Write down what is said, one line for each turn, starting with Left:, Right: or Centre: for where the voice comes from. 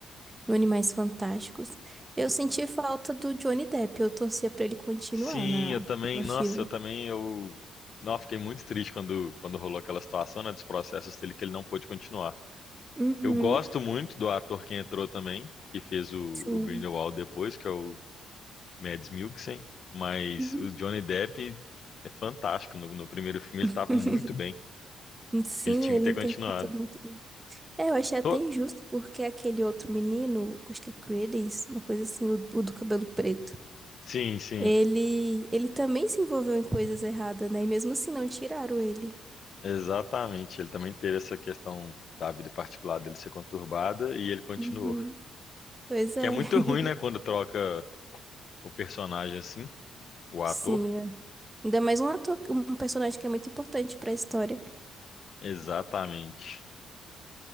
Right: no Animais Fantásticos. Eu senti falta do Johnny Depp, eu torcia pra ele continuar
Left: Sim,
Right: na,
Left: eu também,
Right: no
Left: nossa,
Right: filme.
Left: eu também, eu, não, fiquei muito triste quando, quando rolou aquela situação, né, dos processos dele, que ele não pôde continuar.
Right: Uhum,
Left: Eu gosto muito do ator que entrou também, que fez o,
Right: sim.
Left: o Grindelwald depois, que é o Mads Mikkelsen, mas
Right: Uhum.
Left: o Johnny Depp é fantástico, no, no primeiro filme ele
Right: <laughs>
Left: estava muito bem,
Right: Sim,
Left: ele tinha
Right: ele
Left: que ter
Right: interpretou
Left: continuado.
Right: muito bem. É, eu achei até
Left: Tô-
Right: injusto, porque aquele outro menino, acho que é Credence, uma coisa assim, o, o do cabelo preto,
Left: Sim, sim,
Right: ele, ele também se envolveu em coisas erradas, né? E mesmo assim não tiraram ele.
Left: exatamente, ele também teve essa questão da vida particular dele ser conturbada e ele continuou.
Right: Uhum. Pois
Left: Que
Right: é,
Left: é muito ruim,
Right: <laughs>
Left: né, quando troca o personagem assim, o
Right: sim.
Left: ator.
Right: é. Ainda mais um ator, um personagem que é muito importante pra história.
Left: Exatamente.